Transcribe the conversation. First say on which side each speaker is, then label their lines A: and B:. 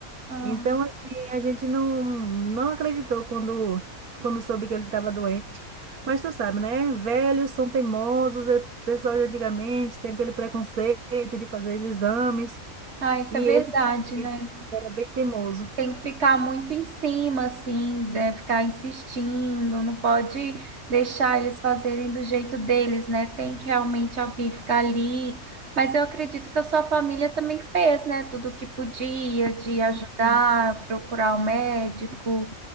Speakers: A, on the right; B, on the right.
A: Ah,
B: Então, assim, a gente não, não acreditou quando, quando soube que ele estava doente. Mas tu sabe, né? Velhos são teimosos, é pessoal de antigamente tem aquele preconceito de fazer exames,
A: ah, isso
B: e
A: é verdade,
B: ele
A: né?
B: era bem teimoso.
A: Tem que ficar muito em cima, assim, né? Ficar insistindo, não pode deixar eles fazerem do jeito deles, né? Tem que realmente alguém ficar ali. Mas eu acredito que a sua família também fez, né? Tudo o que podia de
B: Enfim,
A: ajudar, procurar o médico